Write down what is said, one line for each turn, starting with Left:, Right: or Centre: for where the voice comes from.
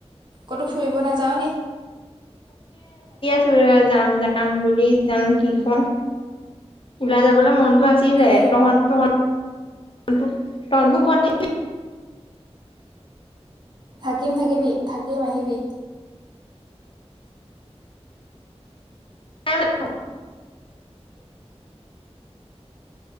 Right: ক'তো ফুৰিব নাযাৱ নি?
Left: তোৰ এইয়া যাম যাম বুলি জানো কি কৰো, ওলাই যাবলে মনতো আছে। কিলে
Right: ক'লৈ যাবি?
Left: তহ'ত তহ'ত তহ'তবোৰ ঘৰত থাক
Right: থাকিম থাকিবি, থাকিম আহিবি।
Left: <unintelligible>